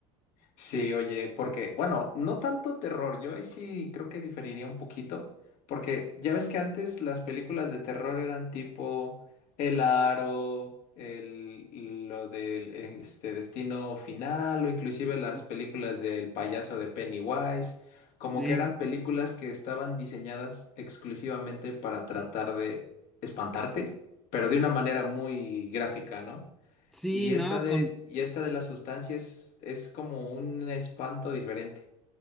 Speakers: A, on the left; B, in the centre.
A: Sí, oye, porque, bueno, no tanto terror, yo ahí sí creo que diferiría un poquito, porque ya ves que antes las películas de terror eran tipo El Aro, el, lo del este, Destino Final, o inclusive las
B: Sí,
A: películas del payaso de Pennywise, como
B: sí,
A: que eran películas que estaban diseñadas exclusivamente para tratar de espantarte, pero de una manera muy gráfica, ¿no?
B: sí,
A: Y
B: no,
A: esta de,
B: con,
A: y esta de las sustancias es como un espanto diferente.